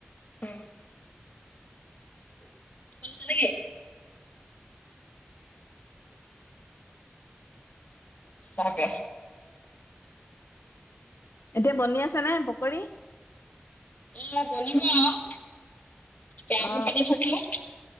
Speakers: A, on the left; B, on the left.
A: উম তোকাল লাগে <unintelligible> সচাকে
B: এতিয়া বনি আছে নে পকৰী।
A: এয়া বনিব আৰু, কেয়াহী
B: অ
A: পাতি থ‌ইছো।